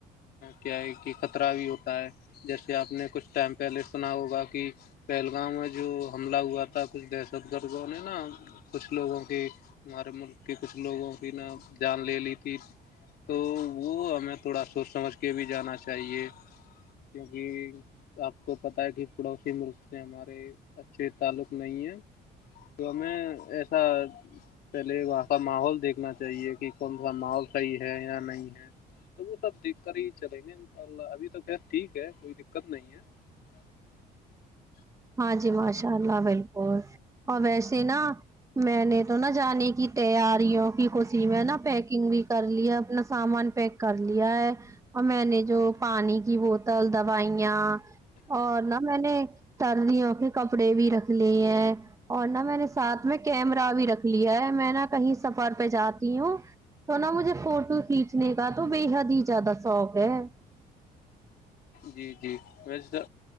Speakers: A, on the left; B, on the right.
A: کیا ہے کہ خطرہ بھی ہوتا ہے جیسے آپ نے کچھ ٹائم پہلے سنا ہوگا کہ پہلگامؤں میں جو حملہ ہوا تھا کچھ دہشت گردوں نے نا کچھ لوگوں کی ہمارے ملک کے کچھ لوگوں کی نا جان لے لی تھی تو وہ ہمیں تھوڑا سوچ سمجھ کے بھی جانا چاہیے کیونکہ آپ کو پتہ ہے کہ پڑوسی ملک سے ہمارے اچھے تعلق نہیں ہیں تو ہمیں ایسا پہلے وہاں کا ماحول دیکھنا چاہیے کہ کون سا مال صحیح ہے یا نہیں ہے تو وہ سب دیکھ کر ہی چلیں گے ان شاء اللہ ابھی تو خ ٹھیک ہے کوئی دقت نہیں ہے ہ
B: ہاں جی ماشاء اللہ بالکل اور ویسے نا میں نے تو نا جانے کی تیاریوں کی خوشی میں نا پیکنگ بھی کر ل ہے اپنا سامان پیک کر لیا ہے اور میں نے جو پانی کی بوتل دوائیاں اور نہا میں نے ترد ا کے کپڑے بھی رکھ لیے ہیں اور نہا میں نے ساتھ میں کیمرہ بھی رکھ لیا ہے میں نہا کہیں سفر پہ جاتی ہوں تو نا مجھے فوٹو کھینچنے کا تو بے حد ہی زیادہ شوق ہے
A: جی جی وسے